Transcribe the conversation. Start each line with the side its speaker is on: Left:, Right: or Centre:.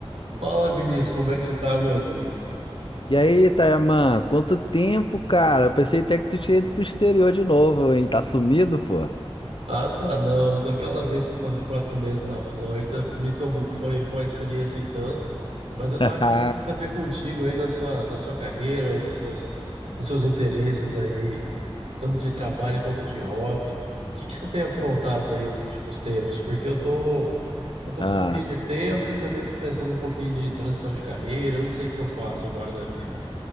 Right: Fala, Vinícius, como é que você tá, meu amigo?
Left: E aí, Tayaman, quanto tempo, cara? Eu pensei até que tu tinha ido pro exterior de novo, hein? Tá sumido, pô?
Right: Ah, tá, não. Daquela vez que eu passei quatro meses na Flórida, me tomou, foi, foi uma experiência e tanto, mas eu
Left: <laughs>
Right: tava querendo
Left: Ah,
Right: aqui saber contigo aí da sua, da sua carreira, ou dos seus, dos seus interesses aí, tanto de trabalho quanto de hobby. O que que você tem aprontado aí nos últimos tempos? Porque eu tô, eu tô
Left: ah,
Right: com um pouquinho de tempo e também tô pensando um pouquinho de transição de carreira, eu não sei o que eu faço agora da vida.